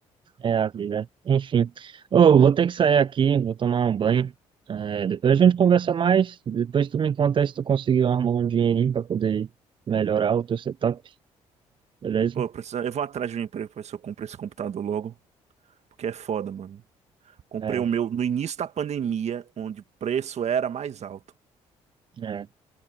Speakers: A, on the right; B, on the right.
A: É a vida. Enfim. Ô, vou ter que sair aqui, vou tomar um banho. É, depois a gente conversa mais. Depois tu me conta aí se tu conseguiu arrumar um dinheirinho para poder melhorar o teu setup, beleza?
B: Pô, eu, preciso- eu vou atrás de um emprego pra ver se eu compro esse computador logo, porque é foda, mano. Comprei
A: É,
B: o meu no início da pandemia, onde o preço era mais alto.
A: é.